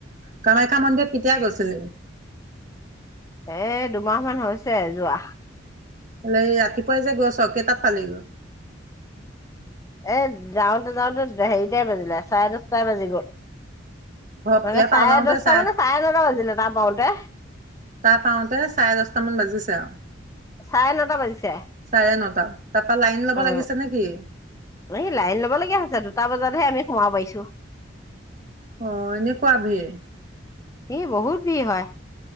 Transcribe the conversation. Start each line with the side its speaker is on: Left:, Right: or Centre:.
Right: কামাখ্যা মন্দিৰত কেতিয়া গৈছিল?
Left: এ দুমাহ মান হৈছে যোৱা।
Right: হলে ৰাতিপুৱাই যে গৈ চৰকেইটাত পালে গৈ।
Left: এ যাওঁতে যাওঁতে হেৰিটাই বাজিলে চাৰে দচটাই বাজি গ'ল।
Right: ঘ ইয়াৰ
Left: মানে চাৰে
Right: পৰা ওলাওতে
Left: দহটা
Right: চাৰে
Left: মানে নটা বাজিলে তাৰ পাওঁতে
Right: তাৰ পাওতে চাৰে দশটামান বাজিছে আৰু।
Left: চাৰে নটা বাজিছে
Right: চাৰে নটা, তাৰপা লাইন ল'ব
Left: অ
Right: লাগিছে নে কি?
Left: সি লাইন লব লগগীয়া হৈছে দুটা বজাতহে আমি। সোমাই পাইছো?
Right: অ এনেকুৱা ভিৰ।
Left: এ বহুত ভিৰ হয়।